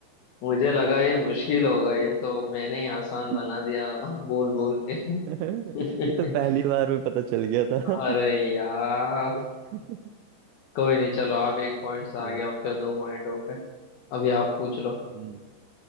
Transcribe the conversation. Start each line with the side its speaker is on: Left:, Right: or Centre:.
Left: मुझे लगा ये मुश्किल होगा ये तो मैंने ही आसान
Right: ये
Left: बना दिया बोल बोल के
Right: तो
Left: <laughs>
Right: पहली बार में पता चल गया था
Left: अरे यार
Right: <laughs>
Left: कोई नहीं चलो आप एक पॉइंट से
Right: चलो
Left: आगे आपका दो पॉइंट हो गए अभी आप पूछ लो
Right: हम्म,